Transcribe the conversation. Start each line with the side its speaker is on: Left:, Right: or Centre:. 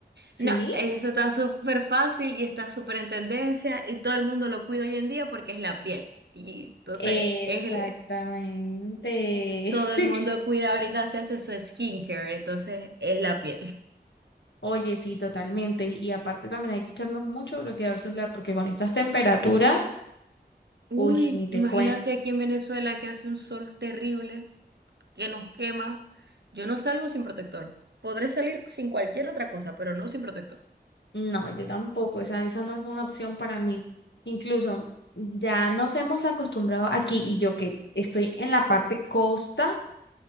Left: ¿Sí?
Right: No, eso está súper fácil y está súper en tendencia y todo el mundo lo cuida hoy en día porque es la piel. Y entonces
Left: Exactamente.
Right: es el, todo el
Left: <laughs>
Right: mundo cuida ahorita, se hace su skincare, entonces es la piel.
Left: Oye, sí, totalmente. Y, y aparte también hay que echarnos mucho bloqueador solar porque con estas temperaturas,
Right: <laughs> Uy,
Left: uy, ni te
Right: imagínate
Left: cuento.
Right: aquí en Venezuela que hace un sol terrible, que nos quema. Yo no salgo sin protector. Podré salir sin cualquier otra cosa, pero no sin protector.
Left: No, yo tampoco, esa, esa no es una opción para mí. Incluso ya nos hemos acostumbrado aquí y yo que estoy en la parte costa,